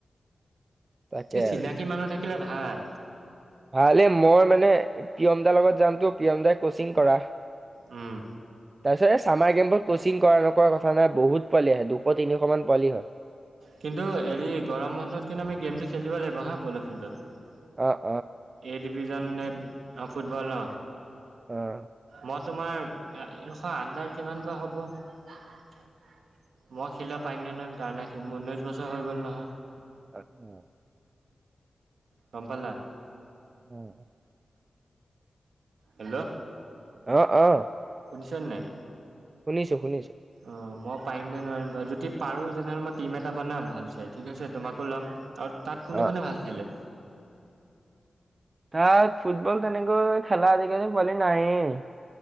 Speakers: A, on the right; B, on the right.
A: তাকে
B: এই চিনাকী
A: আৰু।
B: মানুহ থাকিলে ভাল।
A: ভালে, মই মানে প্ৰিয়ম দাৰ লগত যামটো, প্ৰিয়ম দাই কচিং কৰা।
B: উম।
A: তাৰপিছত এ ছামাৰ কেমপত কচিং কৰা নকৰা কথা নাই বহুত পোৱালি আহে দুশ- তিনিশ মান পোৱালি হয়।
B: কিন্তু হেৰি গৰম বন্ধত কিন্তু আমি গেমটো খেলিব লাগিব হা প'ল'ফিল্ডত।
A: অঁ।
B: এই ডিভিজন নে ফুটবল ন
A: অ'।
B: মই তোমাৰ ৰখা, আণ্ডাৰ কিমান বা হ'ব। মই খেলিব পাৰিম নে নোৱাৰি তাৰ নাই কি মোৰ ঊনৈশ বছৰ হৈ গ'ল নহয়
A: আহ
B: গমপালা
A: উম।
B: হেল্ল'
A: অ অ
B: সোনিচানে নাই।
A: শুনিছো শুনিছো
B: অ মই পাৰিম নে নোৱাৰিম? যদি পাৰোঁ তেনেহ'লে মই টিম এটা বনাম ভাল চাই ঠিক আছে তোমাকো ল'ম। আৰু তাত কোনে-
A: অ'।
B: কোনে ভাল খেলে।
A: তাত ফুটবল তেনেকৈ খেলা আজিকালি পোৱালি নাইয়ে।